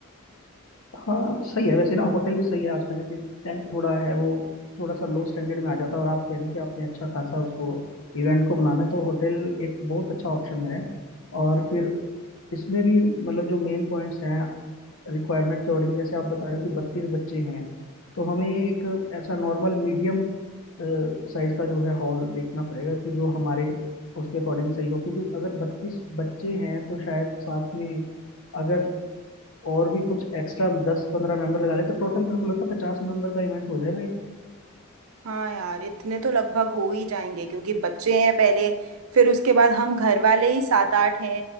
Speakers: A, on the left; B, on the right.
A: हाँ सही है वैसे ना होटल भी सही है आजकल जैसे टेंट थोड़ा है वो थोड़ा सा लो स्टैंडर्ड में आ जाता है और आप कह रहे हो कि आपने अच्छा खासा उसको इवेंट को बनाना है तो होटल एक बहुत अच्छा ऑप्शन है और फिर इसमें भी मतलब जो मेन पॉइंट्स हैं रिक्वायरमेंट के अकॉर्डिंग जैसे आप बता रहे हो कि बत्तीस बच्चे हैं तो हमें एक ऐसा नॉर्मल मीडियम साइज का जो है हॉल देखना पड़ेगा कि जो हमारे उसके अकॉर्डिंग सही हो क्योंकि अगर बत्तीस बच्चे हैं तो शायद साथ में अगर और भी कुछ एक्स्ट्रा दस पंद्रह मेंबर लगा ले तो टोटल मेरे को लगता है पचास मेंबर का इवेंट हो जाएगा ये।
B: हाँ यार इतने तो लगभग हो ही जाएंगे क्योंकि बच्चे हैं पहले फिर उसके बाद हम घर वाले ही सात आठ हैं